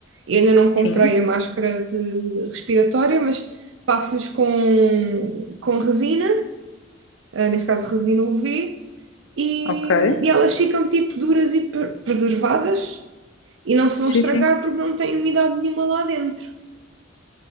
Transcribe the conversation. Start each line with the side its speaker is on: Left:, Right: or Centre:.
Right: Eu ainda não comprei
Left: Sim,
Right: a máscara de respiratória, mas passo-lhes com, com resina, ah, neste caso resina UV, e,
Left: ok.
Right: e elas ficam tipo duras e pre- preservadas e não se vão
Left: Sim,
Right: estragar
Left: sim.
Right: porque não têm umidade nenhuma lá dentro.